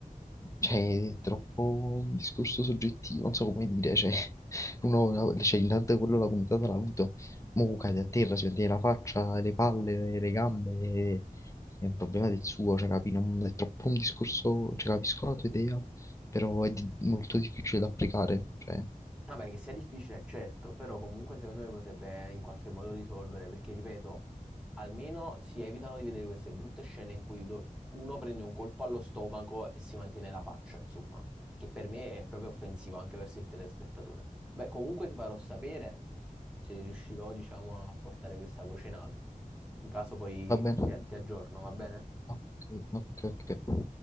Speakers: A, on the left; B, in the centre.
A: Cioè, è troppo un discorso soggettivo, non so come dire, cioè, <laughs> uno, cioè, intanto quello la comitata l'ha avuto, mo cade a terra, si mette la faccia, le palle, le, le gambe, e- è un problema del suo, cioè, capi, non, è troppo un discorso, cioè, capisco la tua idea, però è di- molto difficile da applicare, cioè,
B: Vabbè, che sia difficile, è certo, però comunque secondo me potrebbe in qualche modo risolvere, perché ripeto, almeno si evitano di vedere queste brutte scene in cui do- uno prende un colpo allo stomaco e si mantiene la faccia, insomma, che per me è proprio offensivo anche verso il telespettatore. Beh, comunque ti farò sapere se riuscirò, diciamo, a portare questa voce in alto. In caso poi
A: va bene,
B: ti ti aggiorno, va bene?
A: ok, ok, ok.